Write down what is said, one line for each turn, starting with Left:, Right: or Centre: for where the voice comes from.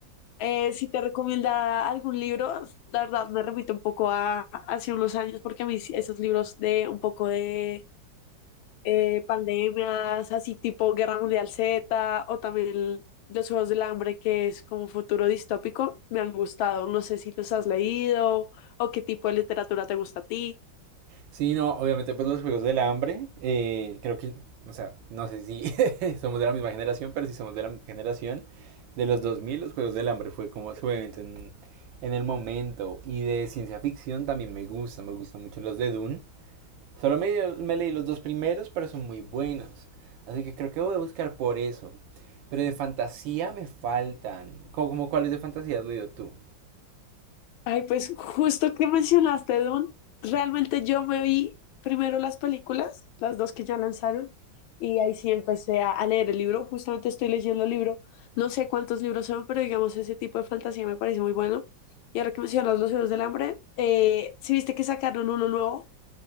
Left: Eh, si te recomienda algún libro, la verdad me remito un poco a hace unos años porque a mí sí, esos libros de un poco de eh, pandemias, así tipo Guerra Mundial Z o también el- los Juegos del Hambre, que es como futuro distópico, me han gustado. No sé si los has leído o qué tipo de literatura te gusta a ti.
Right: Sí, no, obviamente, pues los Juegos del Hambre, eh, creo que, o sea, no sé si <laughs> somos de la misma generación, pero si somos de la generación de los 2000, los Juegos del Hambre fue como su evento en, en el momento. Y de ciencia ficción también me gusta, me gustan mucho los de Dune. Solo me, me leí los dos primeros, pero son muy buenos. Así que creo que voy a buscar por eso. Pero de fantasía me faltan. ¿Cómo, como cuáles de fantasía has leído tú?
Left: Ay, pues justo que mencionaste Dune, realmente yo me vi primero las películas, las dos que ya lanzaron, y ahí sí empecé a, a leer el libro. Justamente estoy leyendo el libro, no sé cuántos libros son, pero digamos ese tipo de fantasía me parece muy bueno. Y ahora que mencionas Los Juegos del Hambre, eh, sí viste que sacaron uno nuevo,